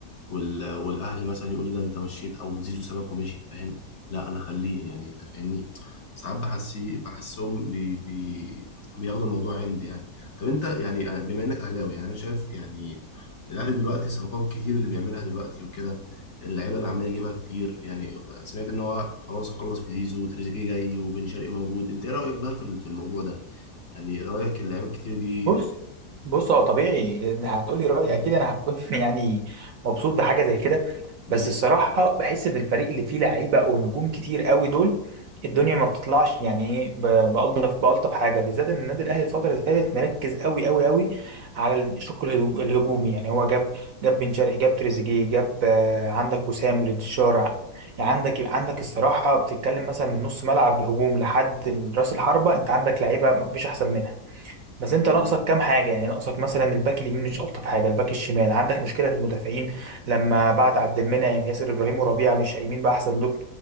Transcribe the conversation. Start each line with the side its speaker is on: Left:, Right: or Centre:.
Left: وال... والاهلي مثلا يقول لي ده انت مشيت او زيزو سابك ومشي فاهم لا انا خليه يعني انت فاهمني ساعات بحسيه بحسهم بي... بي... بياخدوا الموضوع عندي يعني طب انت يعني بما انك اهلاوي يعني انا شايف يعني الاهلي دلوقتي الصفقات الكتير اللي بيعملها دلوقتي وكده اللعيبه اللي عمال يجيبها كتير يعني سمعت ان هو خلاص خلص في زيزو وتريزيجيه جاي وبن شرقي موجود انت ايه رايك بقى في ال- في الموضوع ده يعني رايك اللعيبه الكتير دي
Right: بص بص هو طبيعي إن هتقولي
Left: <clears throat>
Right: رأيي اكيد انا هكون <laughs> يعني مبسوط بحاجه زي كده
Left: مم.
Right: بس الصراحه بحس ان الفريق اللي فيه لعيبه او نجوم كتير قوي دول الدنيا
Left: مم.
Right: ما بتطلعش يعني ايه ب- بألطف بألطف حاجه بالذات ان النادي الاهلي الفتره اللي فاتت مركز قوي قوي قوي على الشق الهجو- الهجومي يعني هو جاب جاب بن شرقي جاب تريزيجيه جاب آه، عندك وسام وريد الشارع يعني عندك عندك الصراحه بتتكلم مثلا من نص ملعب هجوم لحد راس الحربه انت عندك لعيبه مفيش احسن منها بس
Left: مم.
Right: انت ناقصك كام حاجه يعني ناقصك مثلا الباك اليمين مش الطف حاجه الباك الشمال عندك مشكله في المدافعين لما بعد عبد المنعم ياسر ابراهيم وربيعه مش قايمين باحسن دول